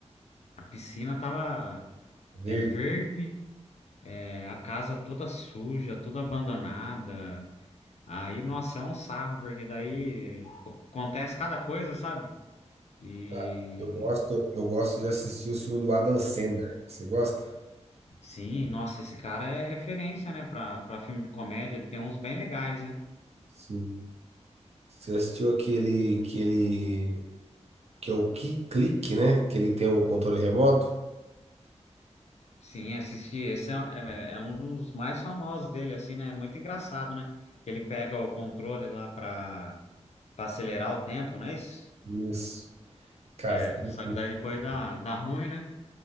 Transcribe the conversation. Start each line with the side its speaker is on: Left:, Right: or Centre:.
Left: A piscina tava
Right: Verde.
Left: é, verde, é, a casa toda suja, toda abandonada. Aí, nossa, é um sarro, porque daí co- acontece cada coisa, sabe? E
Right: Cara, eu gosto, eu gosto de assistir o filme do Adam Sandler. Você gosta?
Left: sim, nossa, esse cara é referência, né, pra, pra filme de comédia, ele tem uns bem legais, né?
Right: Sim. Você assistiu aquele, aquele que é o Key Click, né? Que ele tem o controle remoto.
Left: Sim, assisti, esse é, é- é um dos mais famosos dele, assim, né? É muito engraçado, né? Que ele pega o controle lá pra, pra acelerar o tempo, não é isso?
Right: Isso. Cara,
Left: É,
Right: sabe?
Left: só que daí depois dá, dá ruim, né?